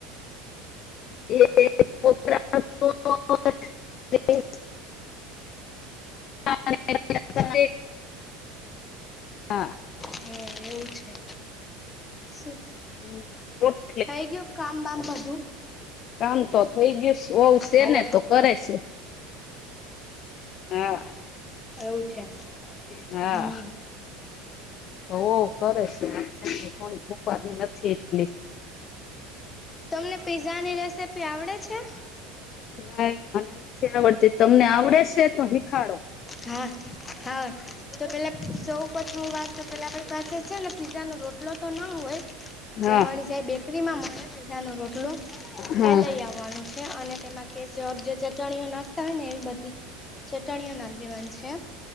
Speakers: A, on the left; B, on the left.
A: એ તો. <unintelligible> હા <unintelligible> હા.
B: હમ, એવું છે. શું
A: <unintelligible>
B: થઈ ગયું, કામ બામ બધું.
A: કામ તો થઈ ગયું. વહુ છે
B: હલો.
A: ને તો કરે છે હા
B: એવું છે.
A: હા
B: હમ
A: ઓ કરે છે, આપણે <unintelligible> નથી એટલી.
B: તમને પિઝાની રેસિપી આવડે છે?
A: ના, મને નથી આવડતી. તમને આવડે છે તો શીખાડો.
B: હા હા, તો પહેલાં તો સૌ પ્રથમ વાર તો આપણી પાસે પિઝાનું રો હલો, તો ના હોય.
A: હા
B: એ મળી જાય બેકરીમાં, <unintelligible> પિઝાના રોટલા
A: હા
B: એ લઈ આવવાનો છે. અને તેમાં કે જે ચટણીઓ નાખતા હોય ને, એવી બધી. ચટણીઓ નાખ દેવાંન છે